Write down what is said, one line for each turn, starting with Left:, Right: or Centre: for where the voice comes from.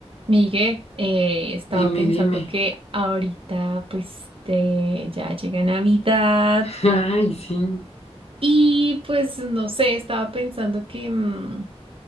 Right: Miguel, eh, estaba
Left: Dime,
Right: pensando
Left: dime.
Right: que ahorita pues te- ya llega Navidad
Left: <laughs> Ay, sí.
Right: y pues no sé, estaba pensando que, mm,